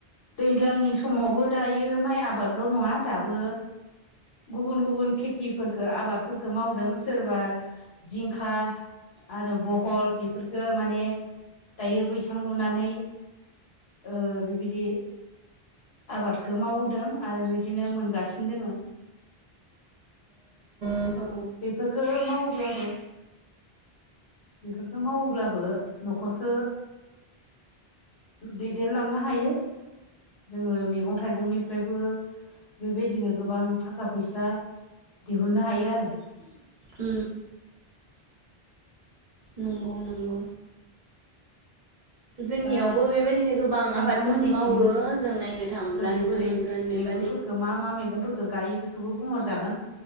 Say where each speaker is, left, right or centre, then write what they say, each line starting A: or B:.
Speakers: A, on the left; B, on the right.
A: दैज्लांनि समावबो दायो माइ आबादल' नङा दाबो गुबुन गुबुन खेथिफोरफोरखो आबादफोरफोरखो मावदों सोरबा जिंखा आरो बहल बेफोरखो माने दायो बैसां लुनानै ओ बिबादि आबादखो मावदों आरो बिबादिनो मोनगासिनो दोङो
B: औ
A: बेफोरखौ मावोब्लाबो बेफोरखौ मावोब्लाबो न'खरखौ दैदेनलांनो हायो जोङो मैगं थाइगंनिफ्रायबो बेबायदिनो गोबां थाखा फैसा दिहुननो हायो आरो
B: उ नंगौ नंगौ जोंनियावबो
A: दा
B: बेबायदिनो गोबां
A: नोंथांमोननिथिं
B: आबादफोरखौ मावो जों नायनो थाङोब्ला
A: बोरै
B: नुनो
A: बोरै
B: मोनगोन बेबायदि
A: मैगंफोरखौ मा मा मैगंफोरखौ गायो बेखौबो बुंहरजागोन